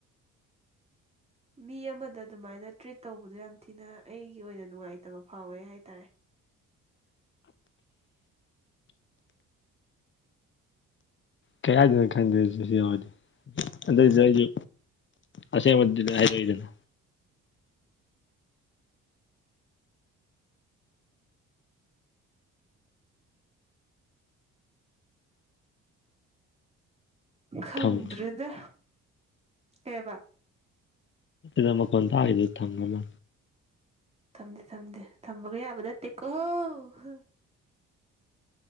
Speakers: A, on the right (about 20°); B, on the left (about 40°).
A: ꯃꯤ ꯑꯃꯗ ꯑꯗꯨꯃꯥꯏꯅ ꯇ꯭ꯔꯤꯠ ꯇꯧꯕꯗꯣ ꯌꯥꯝ ꯊꯤꯅ ꯑꯩꯒꯤ ꯑꯣꯏꯅ ꯅꯨꯡꯉꯥꯏꯇꯕ ꯐꯥꯎꯋꯦ ꯍꯥꯏꯇꯥꯔꯦ
B: ꯀꯌꯥꯗꯅꯣ ꯈꯪꯗꯦꯁ ꯁꯤ ꯌꯥꯎꯔꯗꯤꯦ ꯑꯗꯨꯏꯁꯨ ꯑꯩꯁꯨ ꯑꯁꯦ ꯃꯗꯤ ꯍꯥꯏꯗꯤꯗꯅ
A: ꯈꯪꯗ꯭ꯔꯦꯗ
B: ꯊꯝꯈ꯭ꯔꯦ
A: ꯀꯦꯕ
B: ꯗ ꯃꯈꯣꯟꯟ ꯇ ꯍꯥꯏꯗꯨ ꯊꯝꯒ ꯃꯥ
A: ꯊꯝꯗꯦ ꯊꯝꯗꯦ ꯊꯝꯕꯒ ꯌꯥꯕ ꯅꯠꯇꯦ ꯀꯣꯍꯣ